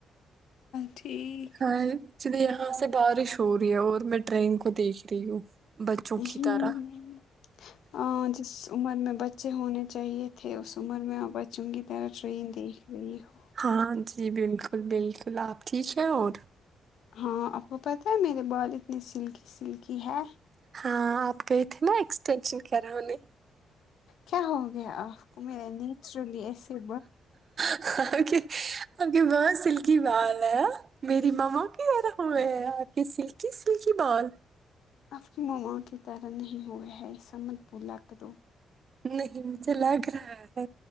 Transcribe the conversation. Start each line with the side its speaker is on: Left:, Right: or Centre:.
Left: ٹھیک
Right: ہاں چلے یہاں سے بارش ہو رہی ہے اور میں ٹرین کو دیکھ رہی ہوں بچوں
Left: ہوں
Right: کی طرح
Left: ہاں جس عمر میں بچے ہونے چاہیے تھے اس عمر میں چنگی تیرا ٹرین دیکھ رہی ہو
Right: ہاں جی بالکل بالکل آپ ٹھیک ہیں اور
Left: ہاں آپ کو پتہ ہے میرے بال اتنے سلکی سلکی ہے
Right: ہاں آپ گئے تھے نا ایکسٹینشن کر وانے
Left: کیا ہو گیا آپ کو میرے نیچرلی ایسے
Right: اچھا آپکے بہت سلکی بال ہے ہاں میری مماں کہہ رہے ہوئے ہیں آپ کے سلکی سلکی بال
Left: آپ کی ماما کی طرح نہیں ہو ہے ایسا مت بولا کرو
Right: نہیں مجھے لگ رہا ہے